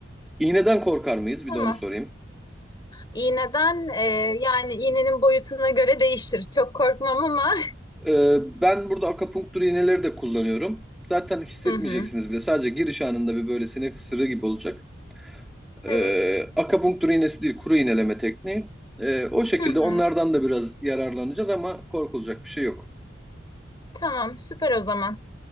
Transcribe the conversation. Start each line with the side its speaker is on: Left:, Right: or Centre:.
Centre: İğneden korkar mıyız? Bir
Left: Tamam.
Centre: de onu sorayım.
Left: İğneden e, yani iğnenin boyutuna göre değişir. Çok korkmam ama.
Centre: Ee, ben burada akupunktur iğneleri de kullanıyorum. Zaten hissetmeyeceksiniz
Left: <laughs> Hı hı.
Centre: bile. Sadece giriş anında bir böyle sinek ısırığı gibi olacak. E,
Left: Evet.
Centre: akapunktur iğnesi değil, kuru iğneleme tekniği. E, o şekilde
Left: Hı hı.
Centre: onlardan da biraz yararlanacağız ama korkulacak bir şey yok.
Left: Tamam, süper o zaman.